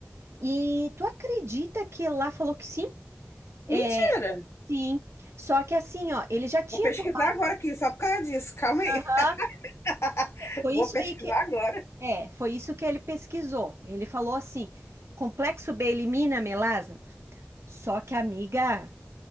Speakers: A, on the right (about 75°); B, on the left (about 80°).
A: E tu acredita que lá falou que sim? É,
B: Mentira!
A: sim. Só que assim, ó, ele já tinha
B: Vou pesquisar
A: tomado.
B: agora aqui, só por causa disso. Calma aí.
A: Aham.
B: <laughs>
A: Foi
B: Vou
A: isso
B: pesquisar
A: aí que
B: agora.
A: é, foi isso que ele pesquisou. Ele falou assim: complexo B elimina a melasma. Só que, amiga,